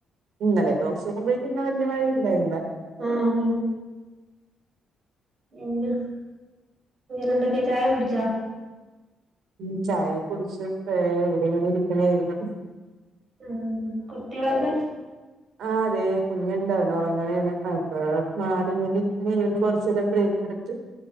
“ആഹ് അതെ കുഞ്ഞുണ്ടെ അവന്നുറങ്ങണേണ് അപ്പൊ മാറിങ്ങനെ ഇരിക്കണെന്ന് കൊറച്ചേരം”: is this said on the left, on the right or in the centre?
Right